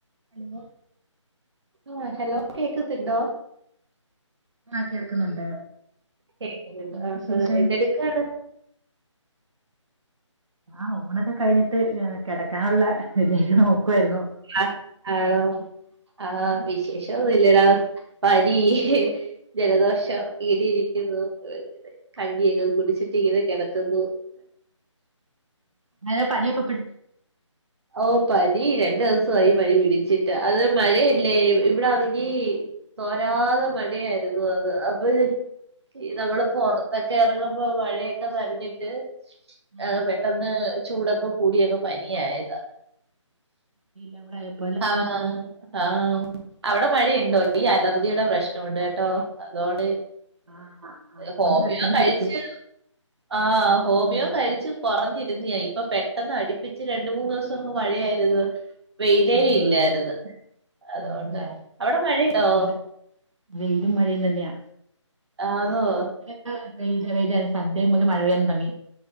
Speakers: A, on the right (about 75°); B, on the right (about 55°).
A: <unintelligible>
B: ആഹ് hello കേക്ക്ന്ന്ണ്ടോ?
A: ആഹ് കേൾക്കുന്നുണ്ട്.
B: കേക്കുന്നുണ്ട്.
A: എന്നാ
B: ആഹ്
A: വിശേഷം
B: എന്തെടുക്കാണ്?
A: ആഹ് ഊണൊക്കെ കഴിഞ്ഞിട്ട് കിടക്കാനുള്ള ഇത് നോക്കുവായിരുന്നു
B: ആഹ് ഹലോ ആഹ്
A: ആ
B: വിശേഷം ഒന്നുല്ലെടാ പനി ജലദോഷം ഈടിയിരിക്കുന്നു കഞ്ഞിയൊക്കെ കുടിച്ചിട്ടിങ്ങനെ കെടക്കുന്നു
A: ആ പണിയപ്പൊ
B: ഓ പനി രണ്ട് ദിസമായി പനി പിടിച്ചിട്ട് അത് മഴയല്ലേ ഇവിടാണെങ്കി തോരാതെ മഴയായിരുന്നു അത് അപ്പൊ ഈ നമ്മള് പൊറത്തൊക്കെ എറങ്ങുമ്പ മഴയൊക്കെ നനഞ്ഞിട്ട്
A: ആ
B: അഹ് പെട്ടെന്ന് ചൂടൊക്കെ കൂടിയപ്പൊ പനിയായതാ
A: ചൂടായെപ്പിന്നെ
B: ആതന്നെ ആഹ് അവിടെ മഴയുണ്ടോ ഈ അലർജിയുടെ പ്രശ്നംണ്ട് കേട്ടോ അതോണ്ട്
A: ആ അതുകൊണ്ട്
B: ഹോമിയോ
A: പെട്ടെന്ന്
B: കഴിച്ചു
A: പിടിക്കും
B: ആ ഹോമിയോ
A: ഉം
B: കഴിച്ചു കൊറഞ്ഞിരുന്നയാ ഇപ്പൊ പെട്ടെന്ന് അടിപ്പിച്ച് രണ്ട് മൂന്ന് ദുസം അങ്ങ് മഴയായിരുന്നു വെയിലേ
A: ആ ആ
B: ഇല്ലായിരുന്നു അതുകൊണ്ട്
A: അതെല്ലേ
B: അവിടെ മഴിണ്ടോ
A: ഇവിടെ വെയിലും മഴയും തന്നെയാ
B: ആന്നോ
A: ആഹ് വയില വെയിലായിരുന്നു സന്ധ്യ മുതലെ മഴ പെയ്യാൻ തുടങ്ങി